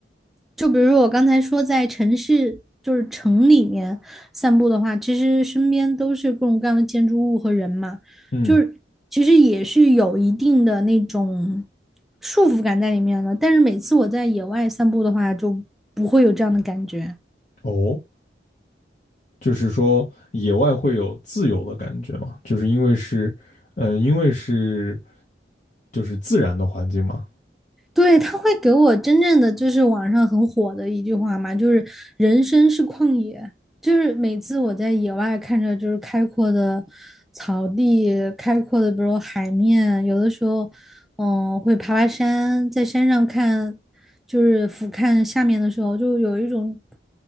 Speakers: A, in the centre; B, on the left (about 45°).
A: 就比如说我刚才说在城市，就是城里面散步的话，其实身边都是各种各样的建筑物和人嘛，
B: 嗯，
A: 就是其实也是有一定的那种束缚感在里面了。但是每次我在野外散步的话，就不会有这样的感觉。
B: 哦，就是说野外会有自由的感觉嘛，就是因为是，呃，因为是就是自然的环境嘛，
A: 对，他会给我真正的就是网上很火的一句话嘛，就是人生是旷野，就是每次我在野外看着就是开阔的草地、开阔的比如海面，有的时候，嗯，会爬爬山，在山上看，就是俯瞰下面的时候，就有一种